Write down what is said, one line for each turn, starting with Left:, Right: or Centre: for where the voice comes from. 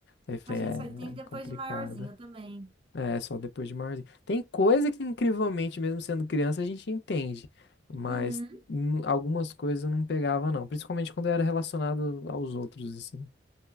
Left: Aí eu falei,
Right: a gente
Left: é, é
Right: só entende depois
Left: complicada.
Right: de maiorzinho, eu também.
Left: É, só depois de maiorzinho. Tem coisa que, incrivelmente, mesmo sendo criança, a gente entende. Mas
Right: Uhum.
Left: hum, algumas coisas eu não pegava, não. Principalmente quando era relacionado aos outros, assim.